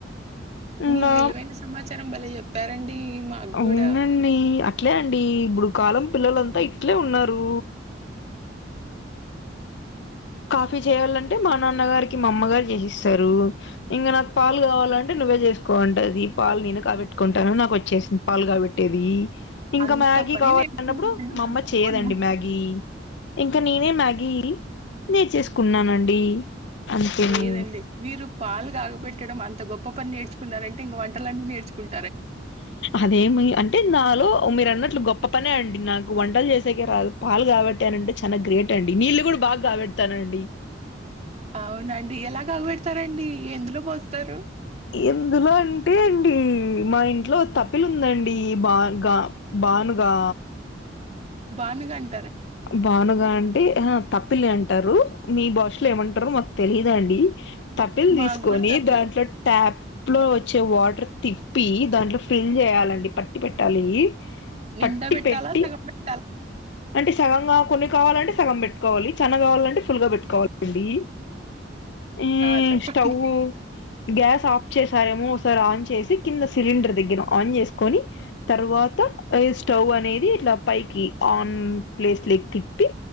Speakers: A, on the left; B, on the right.
A: ఇంకా
B: మీ విలువైన సమాచారం బలే చెప్పారండి మాకు
A: అవునండి
B: గూడా.
A: అట్లే అండి ఇప్పుడు కాలం పిల్లలంతా ఇట్లే ఉన్నారు కాఫీ చేయాలంటే మా నాన్నగారికి మా అమ్మ గారు చేసిస్తారు ఇంకా నాకు పాలు కావాలంటే నువ్వే చేసుకో అంటది పాలు నేను కాబెట్టుకుంటాను నాకు వచ్చేసింది పాలుగా కాగబెట్ ట్టేది ఇంకా
B: అంత
A: మ్యాగీ
B: పని
A: కావాల
B: నేర్చుకున్నారండి
A: అన్నప్పుడు మా అమ్మ
B: గొప్పోళ్ళం.
A: చేయదండి మ్యాగీ ఇంకా నేనే మ్యాగీ నేర్చేసుకున్నానండి అంతేను
B: లేదండి మీరు పాలు కాగబెట్టడం అంత గొప్ప పని నేర్చుకున్నారంటే ఇంక వంటలన్న నేర్చుకుం
A: అదేమి అంటే నాలో మీరు అన్నట్లు గొప్ప పనే అండి నాకు వంటలు చేసేకే రాదు పాలు కాబెట్టానంటే చాలా గ్రేట్ అండి నీళ్ళు కూడా బాగా కాబెడతానండి
B: అవునండి ఎలా కాగుబెడతారండి ఎందులో పోస్తారు
A: ఎందులో అంటే అండి మా ఇంట్లో తప్పిలు ఉందండి బాగ బాన్ గా
B: బానుగం
A: బానుగా అంటే ఆహా తప్పిలళ్ళే అంటారు మీ భాషలో ఏమంటారో మాకు తెలిదండి తప్పిల్
B: మాకు
A: తీసుకొని
B: గూడా తపిలే.
A: దాంట్లో ట్యాప్ లో వచ్చే వాటర్ తిప్పి దాంట్లో ఫిల్ చేయాలండి పట్టి పెట్టాలి
B: నిండా
A: పట్టి
B: పెట్టాల
A: పెట్టి
B: సగం పెట్టాలా
A: అంటే సగంగా కొన్ని కావాలంటే సగం పెట్టుకోవాలి చనా కావాలంటే ఫుల్గా పెట్టుకోవాలండి మ్
B: ఆ చెప్పండి.
A: స్టవ్ గ్యాస్ ఆఫ్ చేసారేమో ఒకసారి ఆన్ చేసి కింద సిలిండర్ దగ్గర ఆన్ చేసుకొని తర్వాత ఈ స్టవ్ అనేది ఇట్లా పైకి ఆన్ ప్లేస్ లేకి తిప్పి